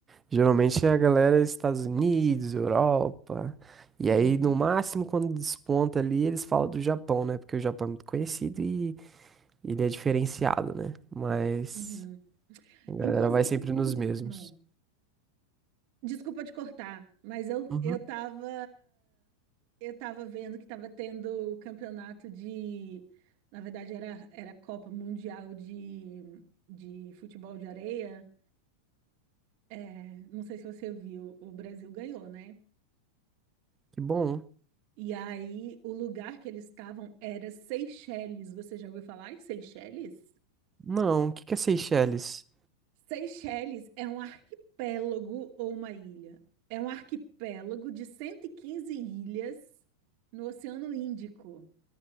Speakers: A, on the right; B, on the right.
A: Geralmente
B: Mon...
A: é a galera dos Estados Unidos, Europa. E
B: uhum,
A: aí, no máximo, quando desponta ali, eles falam do Japão, né? Porque o Japão é muito conhecido e ele é diferenciado, né? Mas
B: uhum.
A: a galera
B: Inclusive,
A: vai sempre nos
B: menino,
A: mesmos.
B: desculpa te cortar, mas eu,
A: Uhum.
B: eu tava, eu tava vendo que tava tendo campeonato de, na verdade era, era Copa Mundial de, de futebol de areia. É, não sei se você viu, o Brasil ganhou, né?
A: Que bom.
B: E aí, o lugar que eles estavam era Seychelles. Você já ouviu falar em Seychelles?
A: Não, o que que é Seychelles?
B: Seychelles é um arquipélago ou uma ilha. É um arquipélago de 115 ilhas no Oceano Índico,